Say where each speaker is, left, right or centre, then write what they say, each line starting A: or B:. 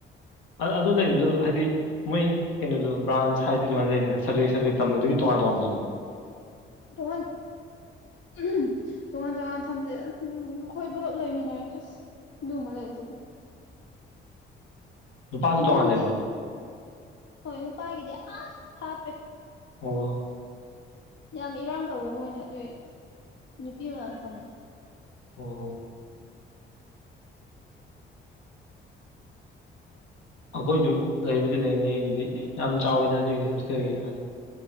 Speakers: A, on the left; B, on the left.
A: ꯑꯥ ꯑꯗꯨ ꯂꯩꯕꯗꯨ ꯍꯥꯏꯗꯤ ꯃꯣꯏ ꯀꯩꯅꯣꯗꯣ ꯕ꯭ꯔꯥꯟꯁ ꯍꯥꯏꯗꯤ <unintelligible> ꯂꯩꯗꯅ ꯁ꯭ꯕꯖꯦꯛ ꯁ꯭ꯕꯖꯦꯛ ꯇꯝꯕꯗꯨꯒꯤ ꯇꯣ ꯇꯣꯉꯥꯟ ꯇꯣꯉꯥꯟ ꯊꯝꯕ꯭ꯔꯣ
B: <unintelligible> ꯍꯝꯕꯇꯣꯉꯥꯟ ꯇꯣꯉꯥꯟ ꯊꯝꯗꯦꯗ ꯑꯈꯣꯏ ꯄꯨꯂꯞ ꯂꯩꯃꯤꯟꯅꯔꯤ ꯑ꯭ꯁ ꯑꯗꯨꯝꯕ ꯂꯩꯇꯦꯗ
A: ꯅꯨꯄꯥꯖꯨ
B: ꯑꯗꯨꯝꯗꯤ
A: ꯇꯣꯡꯉꯥꯟ ꯂꯩꯕ꯭ꯔꯣ
B: ꯍꯣꯏ ꯅꯨꯄꯥꯒꯤꯗꯤ ꯑꯥ ꯊꯥꯞꯄꯦ
A: <unintelligible>
B: ꯌꯥꯝ ꯏꯔꯥꯡ ꯇꯧꯕ ꯃꯣꯏꯅ ꯑꯗꯨꯏ ꯅꯨꯄꯤ ꯃꯅꯥꯛ ꯊꯝꯗꯦ
A: ꯑꯣ ꯑꯈꯣꯏꯖꯨ ꯂꯩꯕꯨꯗꯤ ꯂꯩꯅꯤ ꯑꯩꯒꯤꯗꯤ ꯌꯥꯝ ꯆꯥꯎꯋꯤꯗ ꯑꯗꯨꯏꯗꯤ ꯍꯣꯁꯇꯦꯜ ꯀꯩꯀꯥꯗꯤ